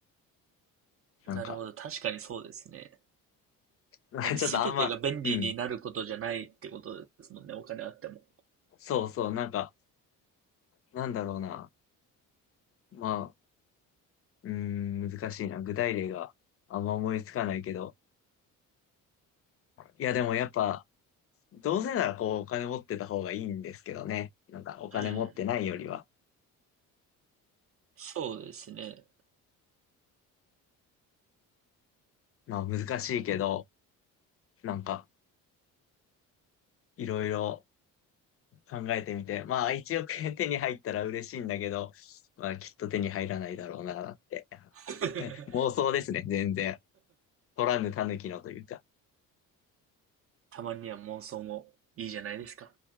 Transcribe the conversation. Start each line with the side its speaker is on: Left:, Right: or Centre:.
Left: なんか、
Right: なるほど。確かにそうですね。
Left: <laughs>
Right: なんか全てが便利になることじゃないってことですもんね。
Left: ちょっとあんま、うん、
Right: お金あっても。
Left: そうそう、なんか、なんだろうな。まあ、うーん、難しいな。具体例があんま思いつかないけど。いや、でもやっぱ、どうせならこう、お金持ってた方がいいんですけどね。なんか、お金持ってないよりは。
Right: うん。そうですね。
Left: まあ、難しいけど、なんか、いろいろ考えてみて。まあ、一億円手に入ったら嬉しいんだけど、まあ、きっと手に入らないだろうな、って。<laughs>
Right: <laughs>
Left: ね妄想ですね、全然。取らぬ狸のというか。
Right: たまには妄想もいいじゃないですか。